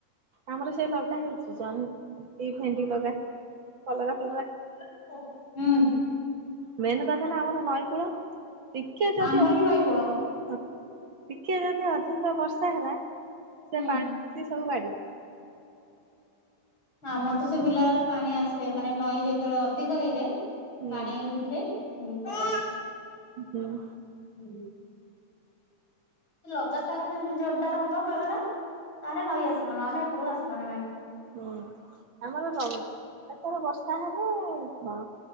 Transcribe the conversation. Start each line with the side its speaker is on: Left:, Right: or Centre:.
Right: ଆମର ସେ ଲଗା ହେଉଛି ଜହ୍ନି ଭେଣ୍ଡି ଲଗା କଲରା ଫଲରା
Left: ହୁଁ।
Right: ମେନ୍ କଥା ହେଲା ଆମର ନଈ କୂଳ, ଟିକେ ଯଦି
Left: ଆମର ବି ନଈ କୂଳ
Right: <inaudible> ଟିକେ ଯଦି ଅଧିକ ବର୍ଷା ହେଲା
Left: ହୁଁ।
Right: ସେ ପାଣି ସବୁ <inaudible>
Left: ଆମର ତ ସେ ବିଲ ଆଡେ ପାଣି ଆସେ ମାନେ ନଈ ଯେତେବେଳେ ଅଧିକ ହେଇଯାଏ,
Right: ହୁଁ
Left: ପାଣି ଉଠେ। ହୁଁ
Right: ହୁଁ ହୁଁ।
Left: ହୁଁ। ଲଗାତାର ସେମିତି ଜୋରଦାର ହବ ବେଢ ଟା ତାହେଲେ ନଈ ଆସିବ ନଲେ ଏପଟକୁ ଆସିବନି ନାଇଁ
Right: ହୁଁ ଆମର ଏଥର ବର୍ଷା ହେଲେ